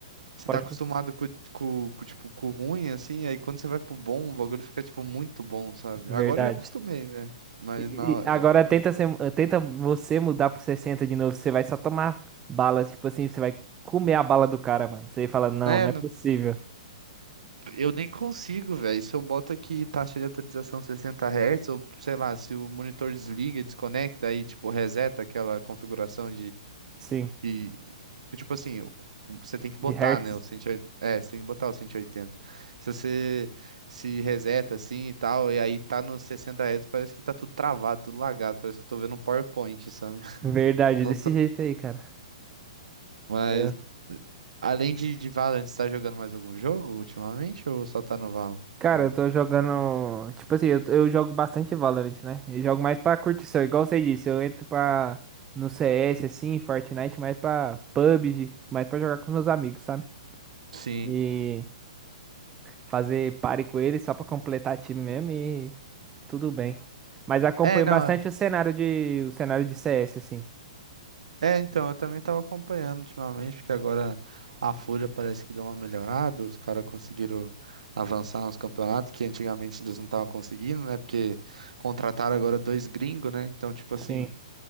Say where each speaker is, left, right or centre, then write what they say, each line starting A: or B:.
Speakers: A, on the right (about 80°); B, on the right (about 20°).
A: você
B: Pode,
A: tá acostumado com, com, com, tipo, com o ruim, assim, aí quando você vai pro bom, o bagulho fica, tipo, muito bom, sabe?
B: verdade.
A: Agora eu já acostumei, né? Mas
B: E-
A: na.
B: e agora tenta ser, tenta você mudar pro 60 de novo, você vai só tomar bala, tipo assim, você vai comer a bala do cara, mano. Você fala, não,
A: É,
B: não
A: no-
B: é possível.
A: eu nem consigo, velho. Se eu boto aqui taxa de atualização 60 Hz, ou sei lá, se o monitor desliga, desconecta, aí, tipo, reseta aquela configuração
B: Sim,
A: E, que, tipo assim, o- você tem que botar,
B: de Hertz.
A: né, o 180, é, você tem que botar o 180. Se você se reseta assim e tal, e aí tá nos 60 Hz, parece que tá tudo travado, tudo lagado, parece que eu tô vendo um PowerPoint, sabe? <laughs>
B: Verdade,
A: Não
B: desse
A: tô...
B: jeito aí, cara.
A: Mas,
B: Eu-
A: além de, de Valorant, você tá jogando mais algum jogo ultimamente ou só tá no Valorant
B: Cara,
A: mesmo?
B: eu tô jogando, tipo assim, eu, eu jogo bastante Valorant, né? Eu jogo mais pra curtição, igual você disse, eu entro pra, no CS, assim, Fortnite, mais pra PUBG, mais pra jogar com meus amigos, sabe?
A: Sim.
B: E... fazer pare com ele só pra completar time mesmo e tudo bem. Mas acompanho
A: É, não.
B: bastante o cenário de o cenário de CS assim.
A: É, então, eu também tava acompanhando ultimamente, porque agora a Fúria parece que deu uma melhorada, os caras conseguiram avançar nos campeonatos, que antigamente eles não estavam conseguindo, né? Porque contrataram agora dois gringos, né? Então, tipo assim,
B: Sim.